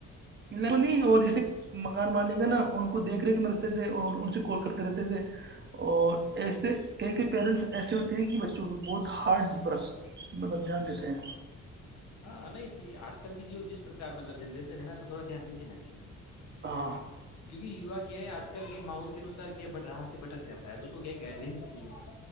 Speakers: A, on the right; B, on the left.
A: نہیں اور جیسے مکان مالک ہے نا ان کو دیکھ ریکھ میں رکھتےتے ان سے کال کرتے رہتے تود اور ایسے کہئی کئی پیرنٹس ایسے ہوتے ہیں کہ بچوں کوہ بہت ہارڈ ورک مطلب جان دیتے ہیں
B: ہاں نہیں تھی آج کل کی جو جس پرار مطلب جنریشن ہے نا تو تھوڑا دھیان بھی دینا چاہیے
A: ہ <inaudible> <unintelligible>
B: کیکیوا کیا ہے آج کل کے ماحول کے انوسار کیا ہے بٹ را سے بٹک جاتا ہے تو اس کو کیا گڈینس ہی ہے